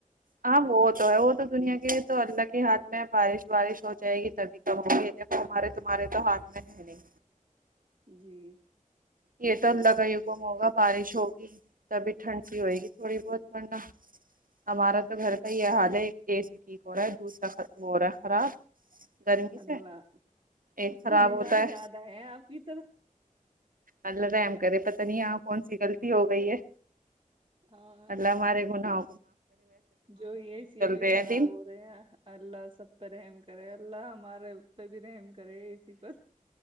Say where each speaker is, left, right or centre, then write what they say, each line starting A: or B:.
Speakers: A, on the right (about 80°); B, on the right (about 35°).
A: ہاں وہ تو ہے وہ تو دنیا کے تو اللہ کے ہاتھ میں بارش وارش ہو جائے گی تبھی کہو گی ہمارے تمہارے تو ہاتھ میں ہے نہیں
B: جی
A: یہ تو ال لگا ہی گم ہوگا بارش ہوگی تبھی ٹھنڈ سی ہوئے گی تھوڑی بہت ورنہ ہمارا تو گھر کا یہ حال ہے اے سی ٹھیک ہو رہا ہے دودھ کا ہو رہا ہے خراب گرمی
B: اللہ
A: سے ایک خراب
B: گنےگار
A: ہوتا ہے
B: زیادہ ہے آپ کی طرف
A: ا ل توا کرے پت نہیں یہ کون سی غلطی ہو گئی ہے
B: ہاں
A: اللہ ہمارے گناہ
B: جو یہ چ یہ بھی
A: رہے
B: خراب
A: ہیں دن
B: ہو رہے ہیں اللہ سب پر احم کرے گ اللہ ہمارے پہ بھی رحم کرے اے سی پر